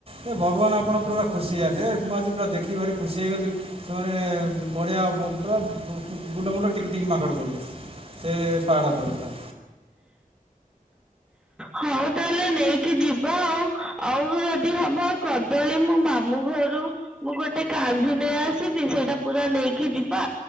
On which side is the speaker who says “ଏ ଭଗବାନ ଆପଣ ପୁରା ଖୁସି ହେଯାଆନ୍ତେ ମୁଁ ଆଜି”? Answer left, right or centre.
Right